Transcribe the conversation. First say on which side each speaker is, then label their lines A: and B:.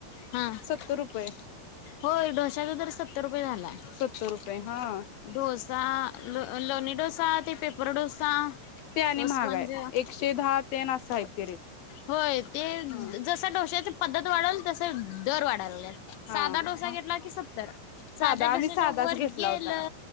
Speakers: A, on the left; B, on the left.
A: हा
B: सत्तर रुपये.
A: होय ढोश्याचा तर सत्तर रुपये झालाय.
B: सत्तर रुपये हा
A: डोसा लोणी डोसा ते पेपर डोसा
B: ते आणि
A: त
B: महाग
A: स्पंज
B: आहे एकशे दहा तेन अस हाय ते रेट,
A: होय ते
B: हा
A: जसा डोश्याची पद्धत वाढल तसे दर वाढ ल्यात.
B: हा
A: साधा डोसा
B: मग
A: घेतला की सत्तर
B: साधा
A: साध्या
B: आम्ही
A: डोस्याच्या
B: साधाच
A: वर
B: घेतला
A: गेल
B: होता